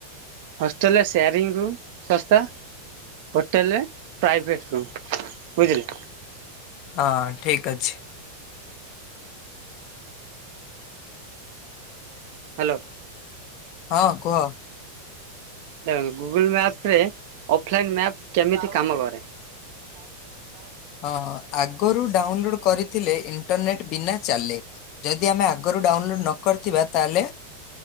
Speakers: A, on the right; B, on the left.
A: ହୋଷ୍ଟେଲ ରେ ସେୟାରିଂ ରୁମ୍ ଶସ୍ତା। ହୋଟେଲରେ ପ୍ରାଇଭେଟ୍ ରୁମ୍ ବୁଝିଲେ।
B: ହଁ ଠିକ ଅଛି।
A: ହ୍ୟାଲୋ।
B: ହଁ କୁହ?
A: ଦେଖନ୍ତ ଗୁଗୁଲ ମ୍ୟାପ ରେ ଅଫଲାଇନ୍ ମ୍ୟାପ କେମିତି କାମ କରେ? ମାଉସୀ ଘ ବାଉଛି।
B: ହଁ ଆଗରୁ ଡାଉନଲୋଡ କରିଥିଲେ ଇଣ୍ଟରନେଟ ବିନା ଚାଲେ। ଯଦି ଆମେ ଆଗରୁ ଡାଉନଲୋଡ ନ କରିଥିବା ତାହେଲେ